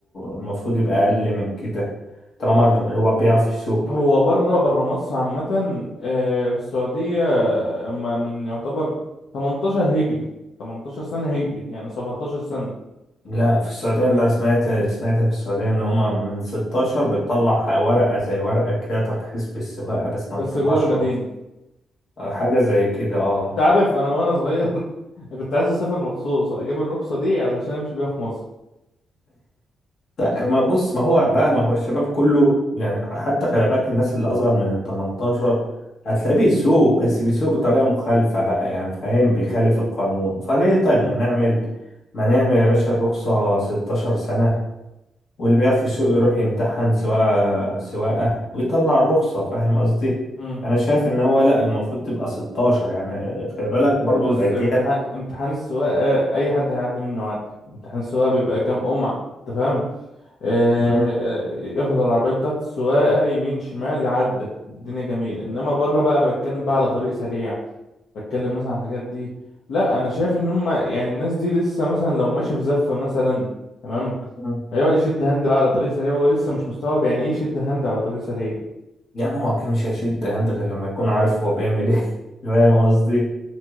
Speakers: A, on the left; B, on the left.
A: المفروض يبقى اقل من كده طالما الر- هو بيعرف يسوق
B: هو بره بره مصر عامة آه، في السعودية أما من يعتبر 18 هجري 18 سنة هجري يعني 17 سنة
A: لا في السعودية
B: أو-
A: أنا سمعت سمعت في السعودية إن هما من 16 بتطلع ورقة زي ورقة كده ترخيص بالسواقة بس
B: بس
A: ما بتطلعش
B: جوه المدينة
A: رخصة آه، حاجة زي كده اه
B: أنت عارف أنا وأنا صغير <laughs> أنا كنت عايز أسافر مخصوص أجيب الرخصة دي علشان أمشي بيها في مصر
A: لا ما بص ما هو بقى ما هو الشباب كله يعني حتى خلي بالك الناس اللي أصغر من ال 18 هتلاقيه بيسوق بس بيسوق بطريقة مخالفة بقى يعني فاهم بيخالف القانون فليه طيب
B: مم.
A: ما نعمل ما نعمل يا باشا الرخصة 16 سنة واللي بيقف في السوق يروح يمتحن سواقة سواقة ويطلع الرخصة فاهم قصدي؟
B: مم.
A: أنا شايف إن هو لأ المفروض تبقى 16 يعني خلي بالك برضو
B: بص
A: الأجيال
B: امتحان امتحان السواقة أي حد هيعدي منه عادي امتحان السواقة بيبقى كام قمعة أنت فاهم آه،
A: مم.
B: ياخد العربية بتاعت السواقة يمين شمال لعدة الدنيا جميلة انما بره بقى انا بتكلم بقى على طريق سريع بتكلم مثلا على الحاجات دي لا انا شايف ان هم يعني الناس دي لسه مثلا لو ماشي في زفة مثلا تمام
A: مم.
B: هيقعد يشد هاند بقى على طريق سريع وهو لسه مش مستوعب يعني ايه يشد هاند على طريق سريع
A: يعني هو أكيد مش هيشد هاند غير لما يكون عارف هو بيعمل إيه <laughs> فاهم قصدي؟